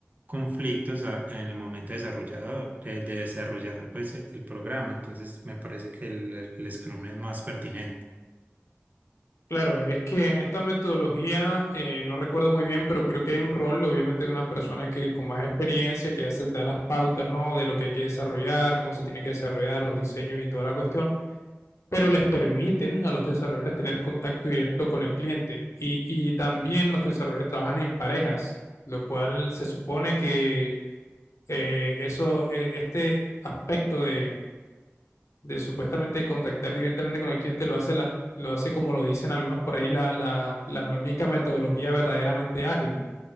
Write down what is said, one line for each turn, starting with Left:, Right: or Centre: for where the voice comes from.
Right: conflictos a- en el momento desarrollador, de, de desarrollar pues el, el programa. Entonces me parece que el, el Scrum es más pertinente.
Left: Claro, es que en esta metodología, eh, no recuerdo muy bien, pero creo que hay un rol, obviamente, de una persona que con más experiencia, que hace, da las pautas, ¿no? De lo que hay que desarrollar, cómo se tiene que desarrollar, los diseños y toda la cuestión, pero les permiten a los desarrolladores tener contacto directo con el cliente. Y, y también los desarrolladores trabajan en parejas, lo cual se supone que eh, eso, eh, este aspecto de de supuestamente contactar directamente con el cliente, lo hace la, lo hace como lo dicen algunos por ahí, la, la, la única metodología verdaderamente ágil.